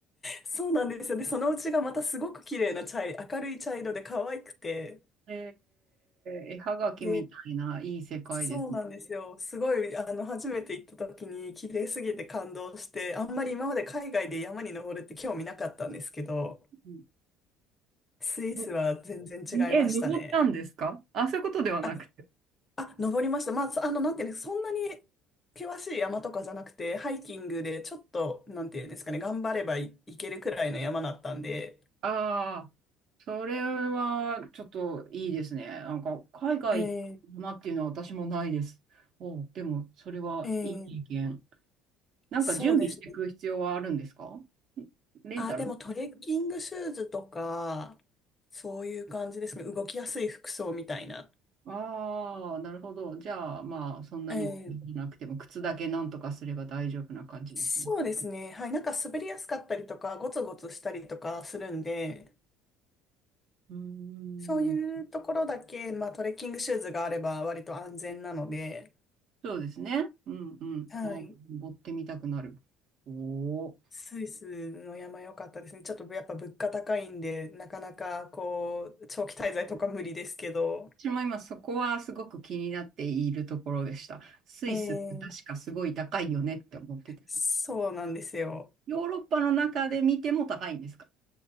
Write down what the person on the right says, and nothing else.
えー、絵はがきみたいな、
いい世界ですね。
うん
のえ、登ったんですかあ、そういうことではなくて。
ああ、それはちょっといいですね。なんか海外行ったなっていうのは私もないです。
おう、でもそれはいい経験。
なんか準備していく必要はあるんですか
レンタル。
ああ、なるほど。じゃあまあそんなに気になくても靴だけなんとかすれば大丈夫な感じですね。
うーん。
そうですね。うんうん。
ああ、登ってみたくなる。おお。
私も今そこはすごく気になっているところでした。スイスって確かすごい高いよねって思ってて。
ヨーロッパの中で見ても高いんですか